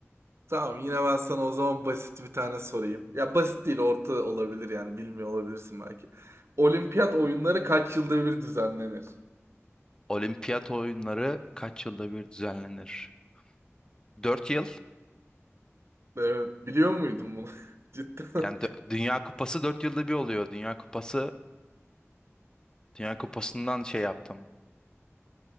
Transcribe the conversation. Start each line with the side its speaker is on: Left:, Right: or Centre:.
Right: Tamam yine ben sana o zaman basit bir tane sorayım. Ya basit değil orta olabilir yani bilmiyor olabilirsin belki. Olimpiyat oyunları kaç yılda bir düzenlenir?
Left: Olimpiyat oyunları kaç yılda bir düzenlenir? 4 yıl.
Right: Evet biliyor muydun bunu? <laughs> Cidden.
Left: Yani dö- Dünya Kupası 4 yılda bir oluyor. Dünya Kupası, Dünya Kupası'ndan şey yaptım.